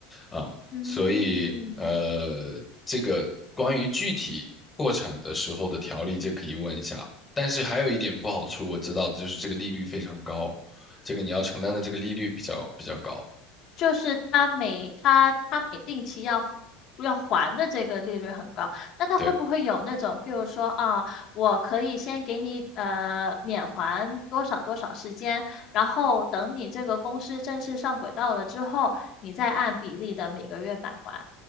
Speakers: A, on the left; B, on the left.
A: 啊、
B: 嗯，
A: 所以呃，这个关于具体破产的时候的条例，就可以问一下。但是还有一点不好处，我知道的就是这个利率非常高，这个你要承担的这个利率比较比较高。
B: 就是他每他他每定期要要还的这个利率很高，那他会不会有那种，
A: 对，
B: 比如说啊，我可以先给你呃免还多少多少时间，然后等你这个公司正式上轨道了之后，你再按比例的每个月返还。